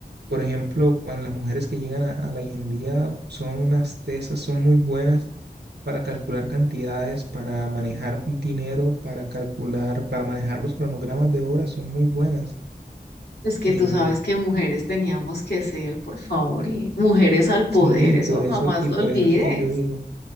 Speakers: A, on the right; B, on the left.
A: Por ejemplo, cuando las mujeres que llegan a, a la ingeniería son unas tesas, son muy buenas para calcular cantidades, para manejar dinero, para calcular, para manejar los cronogramas de obra, son muy buenas
B: Es que
A: Eh,
B: tú sabes que mujeres teníamos que ser, por favor, y mujeres al poder,
A: Sí, y
B: eso
A: por eso,
B: jamás
A: y
B: lo
A: por
B: olvides.
A: eso es que yo digo,